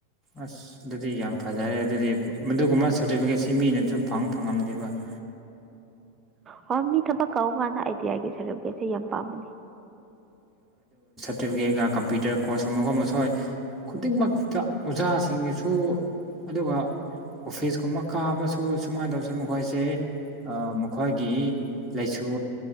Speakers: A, in the centre; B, on the right (about 20°).
A: ꯑꯁ ꯑꯗꯨꯗꯤ ꯌꯥꯝ ꯐꯖꯔꯦ ꯑꯗꯨꯗꯤ ꯃꯗꯨꯒꯨꯝꯕ ꯁꯥꯔꯇꯤꯐꯤꯀꯦꯠꯁꯤ ꯃꯤꯅꯁꯨ ꯐꯪ ꯐꯪꯉꯝꯗꯦꯕ <inaudible>
B: ꯍꯣꯏ ꯃꯤ ꯊꯕꯛ ꯀꯧꯀꯥꯟꯗ ꯑꯥꯏ ꯇꯤ ꯑꯥꯏꯒꯤ ꯁꯥꯔꯇꯤꯐꯤꯀꯦꯠꯁꯦ ꯌꯥꯝ ꯄꯥꯝꯕꯅꯤ
A: ꯁꯤꯠꯒ ꯀꯝꯄ꯭ꯌꯇꯔ ꯀꯣꯔꯁꯀꯨꯝꯕꯒꯨꯝꯕ ꯁꯣꯏ ꯈꯨꯗꯤꯡꯃꯛꯇ ꯑꯣꯖꯥꯁꯤꯡꯒꯤꯁꯨ ꯑꯗꯨꯒ ꯑꯣꯐꯤꯁꯀꯨꯝꯕ ꯀꯥꯕꯁꯨ ꯁꯨꯃꯥꯏꯅ ꯇꯧꯁꯨ ꯃꯈꯣꯏꯁꯦ ꯃꯈꯣꯏꯒꯤ ꯂꯥꯏꯁꯨ